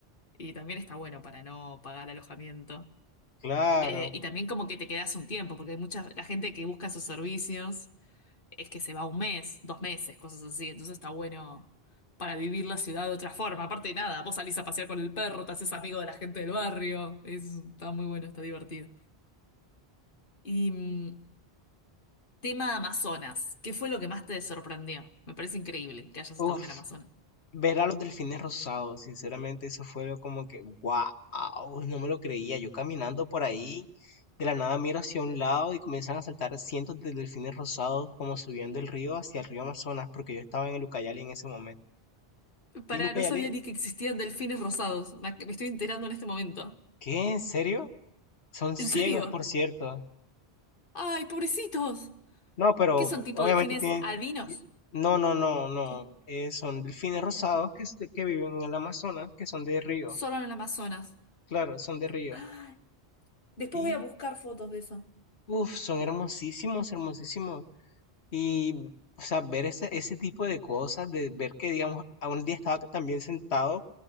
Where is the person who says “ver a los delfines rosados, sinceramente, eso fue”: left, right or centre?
Left